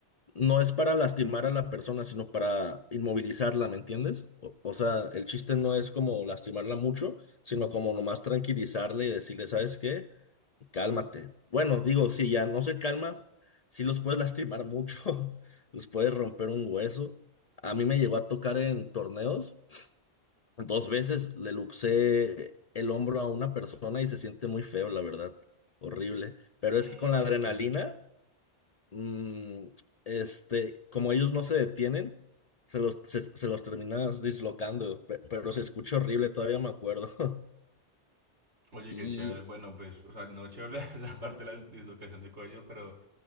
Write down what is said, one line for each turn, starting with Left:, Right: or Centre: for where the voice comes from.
Left: no es para lastimar a la persona, sino para inmovilizarla, ¿me entiendes? O, o sea, el chiste no es como lastimarla mucho, sino como nomás tranquilizarle y decirle, ¿sabes qué? Cálmate. Bueno, digo, si ya no se calma, sí los puedes lastimar mucho, <laughs> los puedes romper un hueso. A mí me llegó a tocar en torneos, dos veces le luxé el hombro a una persona y se siente muy feo, la verdad, horrible. Pero es
Right: Mm,
Left: que con la adrenalina
Right: sí.
Left: mm, este, como ellos no se detienen, se los, se, se los terminas dislocando, pe- pero se escucha horrible, todavía me acuerdo. <laughs>
Right: Oye,
Left: Y,
Right: qué chévere. Bueno, pues, o sea, no chévere <laughs> la parte de la dislocación de cuello, pero